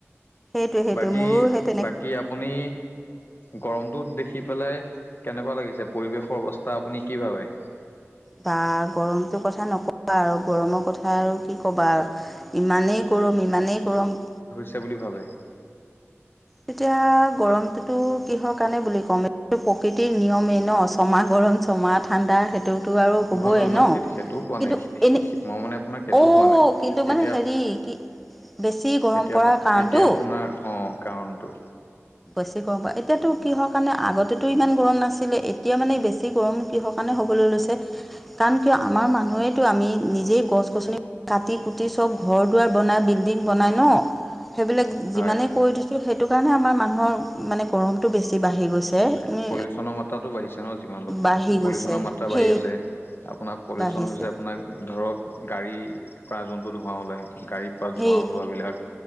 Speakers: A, in the centre; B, on the left.
A: সেইটোৱে সেইটোৱে
B: বাকী
A: মোৰো সেই
B: -
A: তেনে
B: বাকী আপুনি। গৰমটোত দেখি পেলাই কেনেকুৱা লাগিছে, পৰিৱেশৰ অৱস্থা আপুনি কি ভাবে?
A: বা, গৰমটো কথা নকবা আৰু গৰমৰ কথা আৰু কি ক'বা আৰু। ইমানেই গৰম, ইমানেই গৰম।
B: ছে বুলি ভাবে।
A: তেতিয়া গৰমটোতো কিহৰ কাৰণে বুলি ক'ম এই প্ৰকৃতিৰ নিয়মেই ন ছমাহ গৰম। চমা ঠাণ্ডা। তো আৰু হ'বই
B: নহয় নহয় নহয়
A: ন,
B: সেই সেইটোও কোৱা নাই
A: কিন্তু এনে
B: মই মানে আপোনাক সেইটোও
A: অ'।
B: কোৱা নাই।
A: কিন্তু
B: এতিয়া
A: মানে হেৰি, কি বেছি গৰম
B: এতিয়া
A: পৰাৰ কাৰণটো।
B: এতিয়া আপোনাৰ অ কাৰণটো।
A: বেছি গৰম পৰা, এতিয়াতো কি হয় কাৰণে আগতেতো ইমান গৰম নাছিলে এতিয়া মানে বেছি গৰম। কিহৰ কাৰণে হ'বলৈ লৈছে, কাৰণ কিয় আমাৰ মানুহেতো আমি নিজেই গছ গছনি। কাটি - কুটি চব ঘৰ দুৱাৰ বনাই বিল্ডিং বনাই ন সেইবিলাক। যিমানেই
B: হয়।
A: কৰি দিছোঁ সেইটো কাৰণে আমাৰ মানুহৰ মানে গৰমটো বেছি। বাঢ়ি গৈছে
B: মানে
A: তুমি
B: পলিউচনৰ মাত্ৰাতটো বাঢ়িছে ন, যিমান ল
A: বাঢ়ি গৈছে
B: পলিউচনৰ মাত্ৰা
A: সেই
B: বাঢ়ি আছে। আপোনাৰ পলিউচন
A: বাঢ়িছে
B: হৈছে আপোনাক ধৰক। গাড়ীৰ পৰা যোনটো ধোঁৱা ওলায়, গাড়ীৰ পৰা
A: সেই
B: ধোঁৱা ওলোৱাবিলাক।